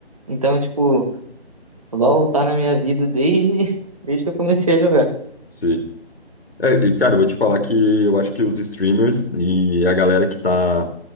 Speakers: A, on the right; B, on the left.
A: Então, tipo, LoL tá na minha vida desde, <laughs> desde que eu comecei a jogar.
B: sim. É, e, cara, eu vou te falar que eu acho que os streamers e a galera que tá,